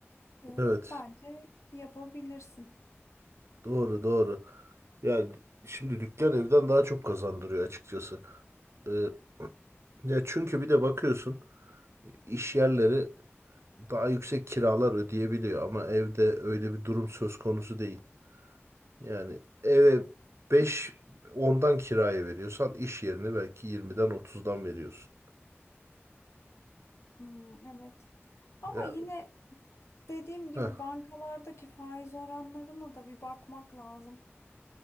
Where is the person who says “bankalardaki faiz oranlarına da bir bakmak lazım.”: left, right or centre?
Left